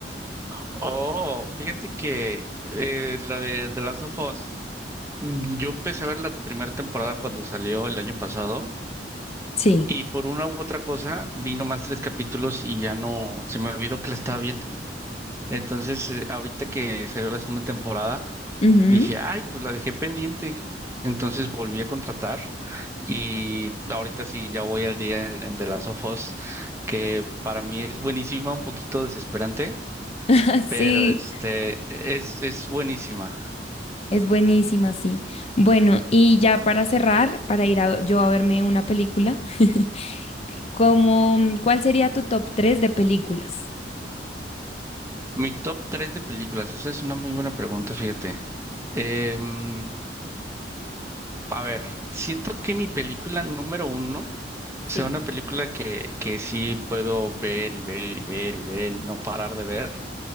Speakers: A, on the right (about 15°); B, on the left (about 35°).
A: Oh, fíjate que eh, la de The Last of Us, mm, yo empecé a ver la primera temporada cuando salió el año pasado
B: Sí,
A: y por una u otra cosa vi nomás tres capítulos y ya no, se me olvidó que la estaba viendo. Entonces, eh, ahorita que salió la segunda temporada,
B: ujú,
A: dije, ay, pues la dejé pendiente. Entonces volví a contratar y ahorita sí, ya voy al día en, en The Last of Us, que para mí es buenísima, un poquito desesperante
B: <laughs> Sí,
A: pero este es, es buenísima.
B: es buenísima, sí. Bueno, y ya para cerrar, para ir a- yo a verme una película, <laughs> como, ¿cuál sería tu top tres de películas?
A: Mi top tres de películas, esa es una muy buena pregunta, fíjate. Em, a ver, siento que mi película número uno,
B: Sí.
A: o sea, una película que, que sí puedo ver y ver y ver y ver y no parar de ver.